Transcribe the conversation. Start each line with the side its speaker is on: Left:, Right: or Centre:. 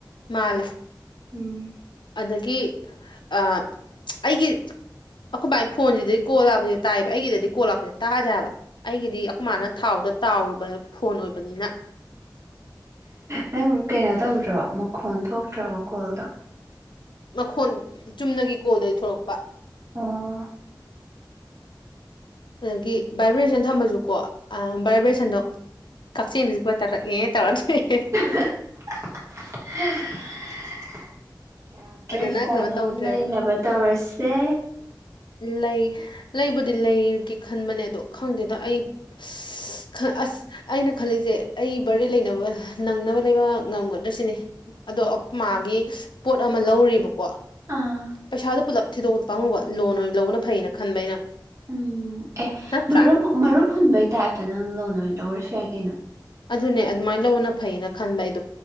Left: ꯃꯥꯂꯦ
Right: ꯎꯝ
Left: ꯑꯗꯒꯤ ꯑ ꯑꯩꯒꯤ ꯑꯩꯈꯣꯏ ꯕꯥ ꯐꯣꯟꯁꯤꯗꯗꯤ ꯀꯣꯜ ꯂꯥꯛꯄꯁꯦ ꯇꯥꯏꯑꯕ ꯑꯩꯒꯤꯗꯗꯤ ꯀꯣꯜ ꯂꯥꯛꯄꯁꯦ ꯇꯥꯗꯕ ꯑꯩꯒꯤꯗꯤ ꯑꯩꯈꯣꯏ ꯃꯥꯅ ꯊꯥꯎꯗ ꯇꯥꯎꯔꯨꯕ ꯐꯣꯟ ꯑꯣꯏꯕꯅꯤꯅ
Right: ꯅꯪ ꯀꯩꯅꯣ ꯇꯧꯗ꯭ꯔꯕꯣ ꯃꯈꯣꯟ ꯊꯣꯛꯇ꯭ꯔꯕꯣ ꯀꯣꯜꯗꯣ
Left: ꯃꯈꯣꯟ ꯆꯨꯝꯅꯒꯤ ꯀꯣꯜꯗꯗꯤ ꯊꯣꯛꯂꯛꯄ
Right: ꯑꯥ
Left: ꯑꯗꯒꯤ ꯚꯥꯏꯕ꯭ꯔꯦꯁꯟ ꯊꯝꯕꯁꯨꯀꯣ ꯑꯥ ꯚꯥꯏꯕ꯭ꯔꯦꯁꯟꯗꯣ ꯀꯛꯆꯦꯡꯄ ꯇꯥꯞꯇ ꯑꯦ ꯇꯧꯔ ꯇꯣꯛꯑꯦ
Right: ꯍ <unintelligible> <unintelligible> ꯗ꯭ꯔꯦ
Left: ꯐꯖꯅ
Right: ꯐꯣꯟ
Left: ꯀꯩꯅꯣ
Right: ꯑꯃ
Left: ꯇꯧꯗ꯭ꯔꯦꯕ
Right: ꯂꯩꯅꯕ ꯇꯧꯔꯁꯦ
Left: ꯂꯩ ꯂꯩꯕꯨꯗꯤ ꯂꯩꯒꯦ ꯈꯟꯕꯅꯦ ꯑꯗꯣ ꯈꯪꯗꯦꯗ ꯑꯩ <unintelligible> ꯑꯩꯅ ꯈꯜꯂꯤꯁꯦ ꯑꯩ ꯕꯥꯔꯗꯦ ꯂꯩꯅꯕ ꯅꯪꯅꯕ ꯂꯩꯕ ꯉꯝꯒꯗ꯭ꯔꯁꯤꯅꯦ ꯑꯗꯣ ꯑꯩꯈꯣꯏꯃꯥꯒꯤ ꯄꯣꯠ ꯑꯃ ꯂꯧꯔꯤꯕꯀꯣ
Right: ꯑꯥ
Left: ꯄꯩꯁꯥꯗꯨ ꯄꯨꯂꯞ ꯊꯤꯗꯣꯛꯇ ꯄꯥꯝꯃꯨꯕ ꯂꯣꯟ ꯑꯣꯏꯅ ꯂꯧꯕꯅ ꯐꯩꯅ ꯈꯟꯕ ꯑꯩꯅ
Right: ꯎꯝ ꯑꯦ
Left: ꯅꯠꯇ꯭ꯔꯥ
Right: ꯃꯔꯨꯞ ꯃꯔꯨꯞ ꯍꯨꯟꯕꯩ ꯇꯥꯏꯞꯇ ꯅꯪ ꯂꯣꯟ ꯑꯣꯏꯅ ꯂꯧꯔꯁꯨ ꯌꯥꯏ ꯀꯩꯅꯣ
Left: ꯑꯗꯨꯅꯦ ꯑꯗꯨꯃꯥꯏ ꯂꯧꯕꯅ ꯐꯩꯅ ꯈꯟꯕ ꯑꯩꯗꯣ